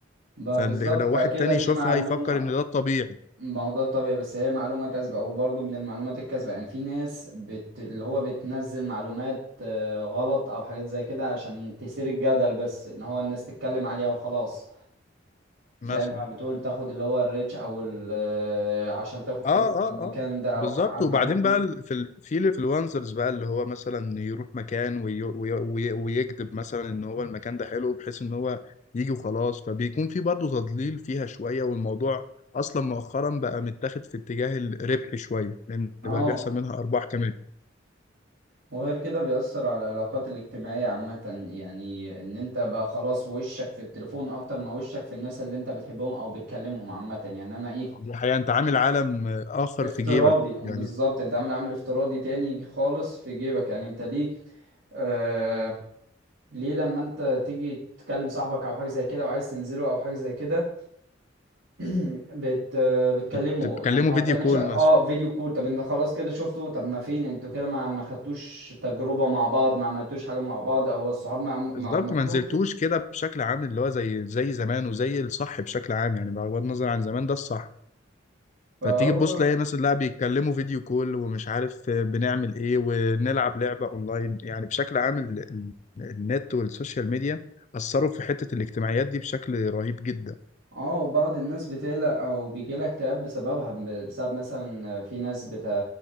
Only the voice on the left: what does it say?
فلو
واحد تاني
يشوفها
يفكر ان ده الطبيعي
مثلا
اه اه
اه
بالظبط
وبعدين
بقى ال- في ال... في الانفلونسرز بقى اللي هو مثلا يروح مكان وي... وي... وي... ويكذب مثلا ان هو المكان ده حلو بحيث ان هو يجي وخلاص فبيكون في برضه تضليل فيها شويه والموضوع اصلا مؤخرا بقى متاخد في اتجاه الربح شويه لان
بقى بيحصل منها ارباح كمان
دي حقيقه انت عامل عالم آه، اخر
في جيبك
يعني
تت- تتكلموا
فيديو
كول
مثلا
بالظبط
ما نزلتوش
كده بشكل عام اللي هو زي زي زمان وزي الصح بشكل عام يعني بغض النظر عن زمان ده الصح
فتيجي تبص تلاقي ناس اللاعب بيتكلموا فيديو كول ومش عارف آه، بنعمل ايه ونلعب لعبة اونلاين يعني بشكل عام ال- ال- النت والسوشيال ميديا أثروا في حتة الاجتماعيات دي بشكل رهيب جدا